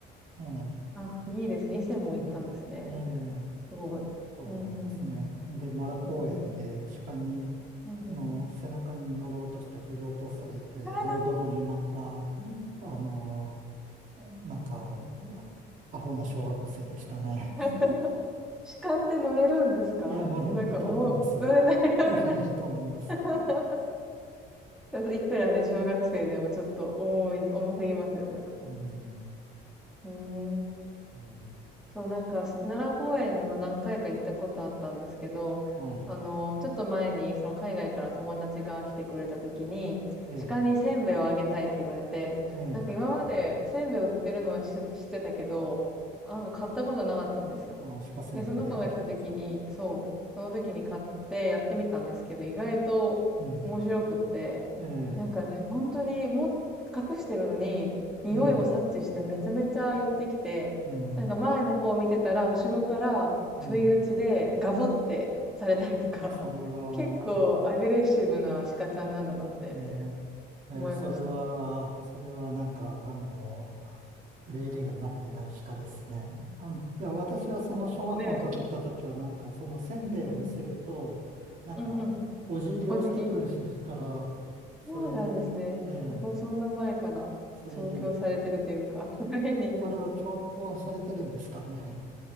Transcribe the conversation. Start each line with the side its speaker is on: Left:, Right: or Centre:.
Right: ええ、
Centre: あ、いいですね。伊勢も行ったんですね。
Right: うんええ、
Centre: すごい。
Right: そうですね。
Centre: うんうんうん。
Right: で、奈良公園で鹿に、
Centre: そう。うんうん。
Right: の背中に乗ろうとして振り落とされて、
Centre: それが
Right: ドロドロになった、うんあの、なんか、アホな小学生でしたね。<laughs>
Centre: <laughs>、鹿って乗れるんですかなんか重い、
Right: いや、乗れないと思います。
Centre: 乗れない、乗れない。
Right: 乗れないと思います。
Centre: <laughs> いくらね、小学生でもちょっと重い、重すぎますよね、多分。
Right: うん、
Centre: うーん。
Right: うん、
Centre: そう、なんか、し奈良公園には何回か行ったことあったんですけど、
Right: はい。
Centre: あの、ちょっと前に、その海外から友達が来てくれた時に、
Right: ええ、
Centre: 鹿にせんべいをあげたいって言われて、
Right: ええ、
Centre: なんか今までせんべい売ってるのは知知ってたけど、なんか買ったことなかったんですよ。
Right: あ、鹿せんべい。
Centre: で、その子が来た時に、そう、その時に買ってやってみたんですけど、意外と面白くって、
Right: うん、ええ、
Centre: なんかね、本当にも隠してるのに、匂いを察知してめちゃめちゃ寄ってきて、
Right: うん、うん。
Centre: なんか前の方を見てたら、後ろから不意打ちでガブってされたりとか、
Right: うん。それは、
Centre: <laughs> 結構アグレッシブな鹿ちゃんなんだなって
Right: えーえーそれは、
Centre: 思いました。
Right: それはなんか、あの、礼儀がなってない鹿ですね。あの、いや、私はその小学校の時行った時は、
Centre: そうですね。
Right: なんかそのせんべいを見せると、
Centre: うんうん。
Right: なんかお、
Centre: うんうん。
Right: お辞儀をしてくるから、
Centre: お辞儀あ
Right: それで、
Centre: そうなんですね。
Right: ええ
Centre: そこ、そんな前から調教されてるというか、
Right: それで、
Centre: <laughs> トレーニング。
Right: あれは調教されてるんですかね。